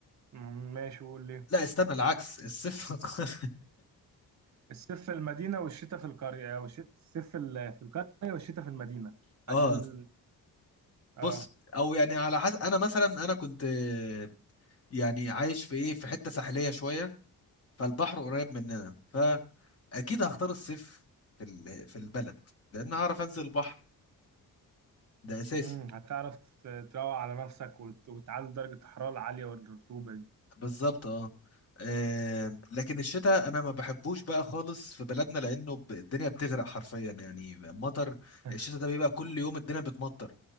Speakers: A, on the right (about 50°); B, on the left (about 40°).
A: مم، ماشي قول لي
B: لا استنى العكس الصيف في القرية
A: الصيف في المدينه والشتاء في القريه والشتاء الصيف في ال- في القريه والشتاء في المدينه
B: <laughs> اه
A: عشان اه
B: بص او يعني على حسب انا مثلا انا كنت آه، يعني عايش في ايه في حتة ساحلية شوية فالبحر قريب مننا فاكيد هختار الصيف في ال- في البلد لان هعرف انزل البحر ده اساسي
A: امم هتعرف ت- تروق على نفسك وت- وتعلي درجة الحرارة العالية والرطوبة دي
B: بالظبط اه آه، لكن الشتاء انا ما بحبوش بقى خالص في بلدنا لانه ب- الدنيا بتغرق حرفيا يعني مطر
A: <laughs>
B: الشتاء ده بيبقى كل يوم الدنيا بتمطر